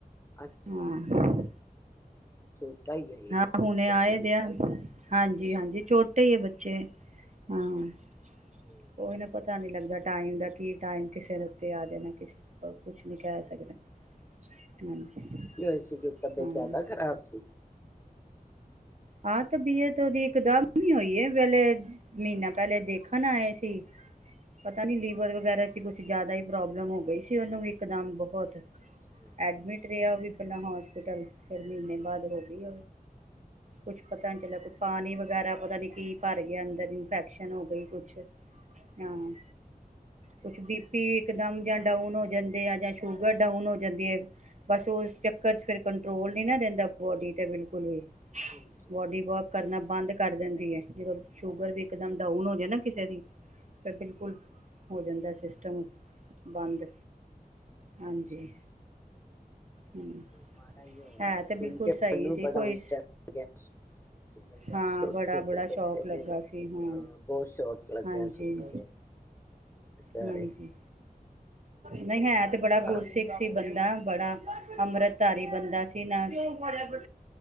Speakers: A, on the left; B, on the right.
A: ਅੱਛਾ
B: ਹਾਂ
A: ਛੋਟਾ ਹੀ
B: ਹਾਂ
A: ਹੈ ਹਜੇ
B: ਹੁਣੇ
A: ਦੱਸਵੀਂ
B: ਆਏ ਦੇ ਆ ਹਾਂਜੀ ਹਾਂਜੀ ਛੋਟੇ ਹੀ ਹੈ ਬੱਚੇ ਹਾਂ
A: ਹੂੰ
B: ਕੋਈ ਨਾ ਪਤਾ। ਪਤਾ ਨਹੀਂ ਲੱਗਦਾ ਟਾਈਮ ਦਾ ਕਿ ਟਾਈਮ ਕਿਸੇ ਰ ਉੱਤੇ ਆ ਜਾਣਾ
A: ਬਾਈ।
B: ਕਿਸੇ ਕੁਛ ਨਹੀਂ ਕ ਸਕਦੇ ਹਾਂਜੀ।
A: ਕੀ ਹੋਈ ਸੀ ਕਿ ਤਬੀਅਤ
B: ਹਾਂ
A: ਜ਼ਿਆਦਾ ਖ਼ਰਾਬ ਸੀ।
B: ਹਾਂ ਤਬੀਅਤ ਓਦੀ ਇਕਦਮ ਹੋਈ ਪਹਿਲੇ ਮਹੀਨਾ ਪਹਿਲੇ ਦੇਖਣ ਨਾ ਆਏ ਸੀ ਪਤਾ ਨੀ ਲੀਵਰ ਵਗੈਰਾ ਚ ਕੁਛ ਜਿਆਦਾ ਹੀ ਪ੍ਰੋਬਲਮ ਹੋ ਗਈ ਸੀਓਨੂੰ ਵੀ ਇਕਦਮ ਬਹੁਤ
A: ਅੱਛਾ
B: ਐਡਮਿਟ ਰਿਆ ਬਪਲਾ ਹੋਸਪਿਟਲ ਫ ਮਹੀਨੇ ਬਾਅਦ ਹੋ ਗਈ ਕੁਛ ਪਤਾ ਨੀ ਚੱਲਿਆ ਪਾਣੀ ਵਗੈਰਾ ਪਤਾ ਨੀ ਕੀ ਭਰ ਗਿਆ ਅੰਦਰ ਇਨਫੈਕਸ਼ਨ ਹੋ ਗਈ ਕੁਛ ਹਾਂ ਕੁਛ ਬੀ
A: ਅੱਛਾ
B: ਪੀ ਇਕਦਮ ਜਾਂ ਡਾਊਨ ਹੋ ਜਾਂਦੇ ਆ ਜਾਂ ਸ਼ੂਗਰ ਡਾਊਨ ਹੋ ਜਾਂਦੀ ਹੈ ਬਸ ਉਸ ਚੱਕਰ ਚ ਫਿਰ ਨੀ ਨਾ ਰਹਿੰਦਾ ਬੋਡੀ ਤੇ ਬਿਲਕੁਲ ਵੀ
A: ਹਾਂਜੀ
B: ਬੋਡੀ ਵੋਕ ਕਰਨਾ। ਬੰਦ ਕਰ ਦਿੰਦੀ ਹੈ ਜਦੋਂ ਸ਼ੂਗਰ ਵੀ ਇੱਕਦਮ ਡਾਊਨ ਹੋ ਜਾਵੇ ਨਾ ਕਿਸੇ ਦੀ ਤਾਂ ਬਿਲਕੁਲ ਹੋ ਜਾਂਦਾ ਸਿਸਟਮ ਬੰਦ ਹਾਂਜੀ
A: ਅੱਛਾ ਅੱਛਾ।
B: ਹਮ।
A: ਮਾੜਾ ਹੀ ਹੋਇਆ
B: ਹੈ ਤੇ
A: ਸੁਣ
B: ਬਿਲਕੁਲ
A: ਕੇ
B: ਸਹੀ
A: ਮੈਨੂੰ
B: ਸੀ
A: ਬੜਾ
B: ਕੋਈ
A: ਉਸ ਟਾਈਮ ਲੱਗਿਆ ਬਈ
B: ਹਾਂ
A: ਛੋਟੇ
B: ਬੜਾ
A: ਛੋਟੇ
B: ਬੜਾ
A: ਬੱਚੇ
B: ਸ਼ੌਕ
A: ਨੇ
B: ਲੱਗਾ
A: ਅ
B: ਸੀ ਹਾਂ
A: ਬਹੁਤ ਸ਼ੋਟ ਲੱਗਿਆ
B: ਹਾਂਜੀ
A: ਸੁਣ ਕੇ ਵਿਚਾਰੇ
B: ਹਜੀ ਨਹੀਂ ਹੈ
A: ਇੰਨਾ
B: ਤੇ
A: ਔਖਾ
B: ਬੜਾ ਗੁਰਸਿੱਖ ਸੀ ਬੰਦਾ ਬੜਾ ਅੰਮ੍ਰਿਤ ਤਾਰੀ ਬਣਦਾ ਸੀ ਨਾ <inaudible> ਤੁਹਾਡੇ